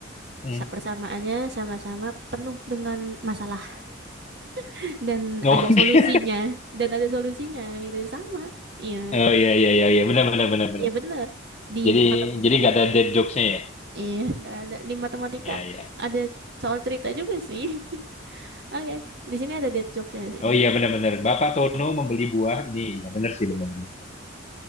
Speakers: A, on the left (about 30°); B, on the right (about 55°).
A: Hmm.
B: sa- persamaannya sama-sama penuh dengan masalah <laughs> dan
A: No.
B: ada solusinya
A: <laughs>
B: dan ada solusinya itu sama. Iya,
A: Oh, iya, iya, iya, iya. Benar, benar, benar, benar.
B: iya benar. Di
A: Jadi,
B: mata
A: jadi nggak ada dead jokes-nya ya?
B: iya nggak ada di matematika
A: Iya, iya.
B: ada soal cerita juga sih. <laughs> Oke, di sini ada dead jokesnya sih.
A: Oh iya benar-benar. Bapak Tono membeli buah ini. Ya benar sih benar-benar.